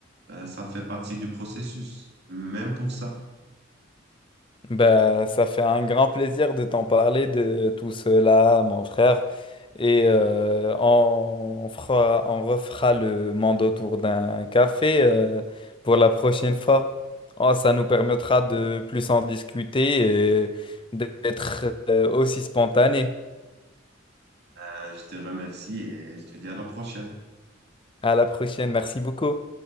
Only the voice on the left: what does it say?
Bah, ça fait un grand plaisir de t'en parler de tout cela, mon frère. Et euh, on fera, on refera le monde autour d'un café euh, pour la prochaine fois. Oh, ça nous permettra de plus en discuter et d'être euh, aussi spontané.
À la prochaine. Merci beaucoup.